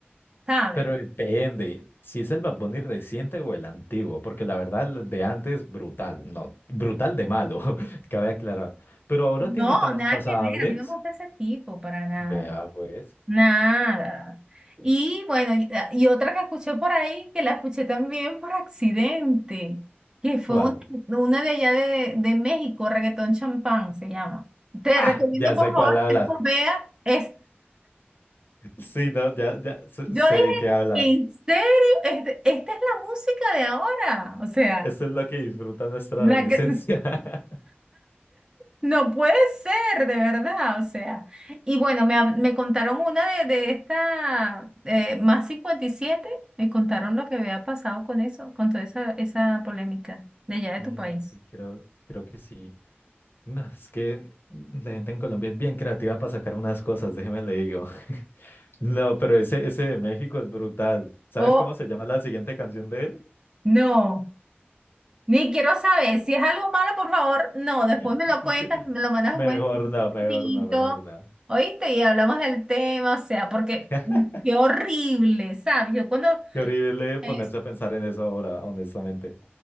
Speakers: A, on the right (about 20°); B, on the left (about 60°).
A: ¿Sabes?
B: Pero depende si es el Bad Bunny reciente o el antiguo, porque la verdad el de antes brutal, no, brutal de malo, <laughs> cabe aclarar. Pero ahora
A: No,
B: tiene temas
A: nada
B: pasables.
A: que ver, a mí no me gusta ese tipo para nada.
B: Vea pues,
A: Nada. Y bueno, y, ah, y otra que escuché por ahí, que la escuché también por accidente, que fue
B: ¿cuál?
A: una, una de allá de, de México, Reggaetón Champán se llama. Te
B: Ah,
A: recomiendo,
B: ya
A: por
B: sé
A: favor,
B: cuál hablas.
A: que tú veas. Es,
B: Sí, no, ya, ya sé,
A: yo
B: sé
A: dije,
B: qué hablas.
A: ¿en serio? Este- esta es la música de ahora. O sea,
B: Esto es lo que disfruta nuestra
A: la
B: adolescencia.
A: que, <laughs>
B: <laughs>
A: No puede ser, de verdad, o sea. Y bueno, me, hab- me contaron una de, de esta, eh, más 57. me contaron lo que había pasado con eso, con toda esa, esa polémica de allá de
B: Mm,
A: tu país.
B: sí, creo, creo que sí. No, es que la gente en Colombia es bien creativa para sacar unas cosas, déjeme le digo. <laughs> No, pero ese, ese de México es brutal. ¿Sabes
A: Oh,
B: cómo se llama la siguiente canción de él?
A: no, ni quiero saber, si es algo malo, por favor, no, después
B: <laughs>
A: me lo cuentas,
B: Sí.
A: me lo mandas
B: Mejor
A: un mensajito,
B: no, mejor no, mejor no.
A: ¿oíste? Y hablamos del tema, o sea, porque
B: <laughs>
A: mm, qué horrible, ¿sabes? Yo cuando
B: Qué horrible ponerse
A: es,
B: a pensar en eso ahora, honestamente.